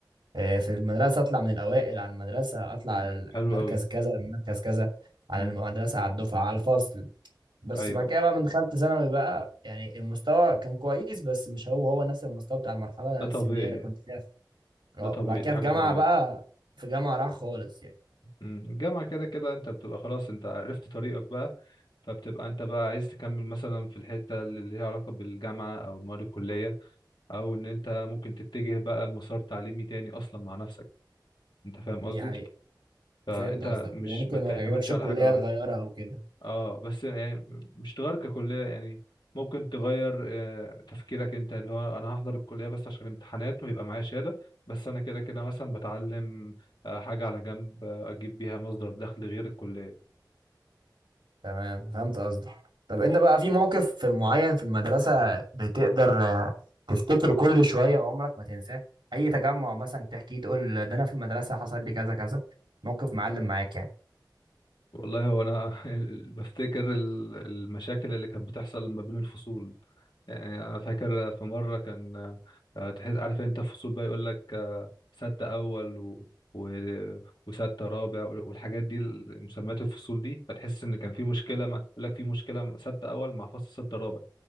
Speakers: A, on the right (about 85°); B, on the left (about 70°).
A: آه، في المدرسه اطلع من الاوائل على المدرسه اطلع على
B: مم.
A: المركز
B: حلو قوي
A: كذا المركز كذا على
B: امم
A: المدرسه على الدفعه على الفصل بس
B: ايوه
A: بعد كده بقى من دخلت ثانوي بقى يعني المستوى كان كويس بس مش هو هو نفس المستوى بتاع المرحلة
B: ده طبيعي
A: السنية اللي كنت فيها آه،
B: ده طبيعي
A: وبعد كده
B: دي حاجة
A: في جامعة
B: طبيعية
A: بقى في جامعة راح خالص يعني
B: مم. الجامعة كده كده انت بتبقى خلاص انت عرفت طريقك بقى فبتبقى انت بقى عايز تكمل مثلا في الحتة اللي ليها علاقة بالجامعة او المواد الكلية او ان انت ممكن تتجه بقى لمسار تعليمي تاني اصلا مع نفسك انت فاهم
A: دي
B: قصدي
A: حقيقة
B: فانت
A: فهمت قصدك
B: مش
A: وممكن
B: ما تعتمدش
A: ما يعجبكش
B: على
A: الكلية
B: حاجة واحدة
A: تغيرها وكده
B: اه بس يعني مش تغير ككلية يعني ممكن تغير آه، تفكيرك انت اللي هو انا هحضر الكلية بس عشان الامتحانات ويبقى معايا شهادة بس انا كده كده مثلا بتعلم آه، حاجة على جنب آه، اجيب بيها مصدر دخل غير الكلية
A: تمام فهمت قصدك طب انت بقى في موقف في معين في المدرسة بتقدر آه، تفتكره كل شوية وعمرك ما تنساه أي تجمع مثلا تحكيه تقول ده أنا في المدرسة حصل لي كذا كذا موقف معلم معاك يعني
B: والله هو انا <laughs> بفتكر ال- المشاكل اللي كانت بتحصل ما بين الفصول يعني انا فاكر في مره كان آه، تحس عارف انت فصول بقى يقول لك آه، ستة اول و... و... وستة رابع وال- والحاجات دي ال- مسميات الفصول دي فتحس ان كان في مشكله ما يقول لك في مشكله ستة اول مع فصل ستة رابع